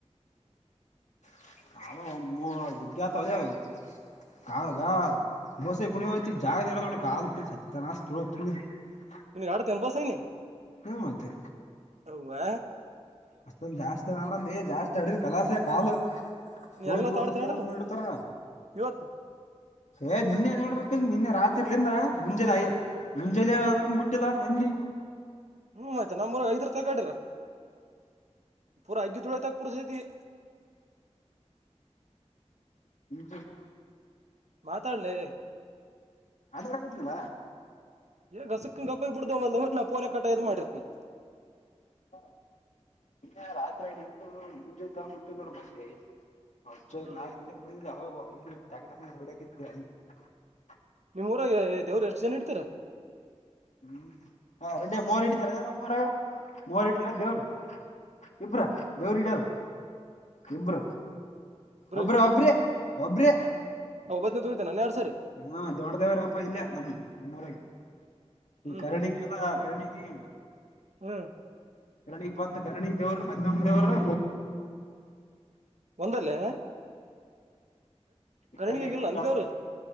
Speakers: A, on the left (about 85°); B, on the right (about 75°).
A: ನಾವು <unintelligible> ಕಾಲುಗ <unintelligible>
B: ನಿನ್ಗೆ ಹಾಡು ತೆಲಬೋಸಿನಿ
A: ಹು ಮತ್ತೆ
B: ಅವ್ವ
A: ಅಷ್ಟೊಂದ ಜಾಸ್ತಿ ಆಡಲೇ ಜಾಸ್ತಿ ಆಡಿದ್ರೆ ಕಲಾಸೆ ಕಾಲು
B: ನೀ
A: ತುಳು
B: ಹಗಲು
A: ತುಳು
B: ಒತ್ತು ಆಡ್ತೀಯ
A: ಸತ್ಯನಾಶ
B: ಆಡಲ್ವಾ
A: ಮಾಡಿರ್ತಾರ
B: ಇವತ್ತು
A: ಏ ದಿನ್ನೇ ನಿನ್ನೆ ರಾತ್ರಿರ್ಲಿಂದ ಮುಂಜೆಲಿಯ ಮುಂಜೆನೀ ಆದ್ರು ಬಿಟ್ಟಿಲ್ಲ ಮಂದಿ
B: ಹ್ಮ್ ಆಯ್ತಾ ನಮ್ಮೂರು ಐದರತಕ ಆಡ್ಯಾರ ಪೂರಾ <unintelligible>
A: <unintelligible> <inaudible>
B: ಮಾತಾಡ್ಲೆ
A: ಮಾತಾಡಕತ್ತಿನಲ್ಲ
B: ಏ ಗಸುಕ್ಕ ಕಪ್ಪ ಬಿಡ್ಡನಾ ಪೋನೆ ಕಟ್ ಈದು ಮಾಡಿದ್ನೇ
A: <unintelligible> <unintelligible>
B: ಹ್ಮ್ ನಿಮ್ ಊರಾಗ ದೇವರು ಎಷ್ಟು ದಿನ ಇಡ್ತಾರೆ
A: ಹ್ಮ್ ಮೋರ್ ಇಡಿತಾರ ನಿಮ್ಮ ಊರಾಗ ಮೋರ್ ಇಡ್ತಾರ ದೇವ್ರು ಇಬ್ರಾ ದೇವ್ರು ಇಡಿಯೋರು ಇಬ್ಬರ
B: ಇಬ್ರು
A: ಒಬ್ಬ್ರ ಒಬ್ರೆ ಒಬ್ರೆ
B: ಒಬ್ಬತೆ <unintelligible>
A: ಹಾ ದೊಡ್ದೇವರಪ್ಪ ಇಲ್ಲ ನಮ್ದು ನಮ್ಮೂರಗೆ ಈ
B: ಹ್ಮ್
A: ಕರ್ಣಿಗೆ ಅಲ್ಲಾ ಕರ್ನಿಗೆ
B: ಹ್ಮ್
A: ಕರ್ನಿಗೆ ಬಂದ್ ಕನ್ನಿಗೆ ದೇವರು ನಮ್ಮ ದೇವ್ರು
B: ಒಂದಲ್ಲೇ ಕಾಣಿಗಿಗಿಲ್ಲ
A: ಕರ್ಣಿ ರೂಟ್
B: ಅಂದವರು
A: ಅದ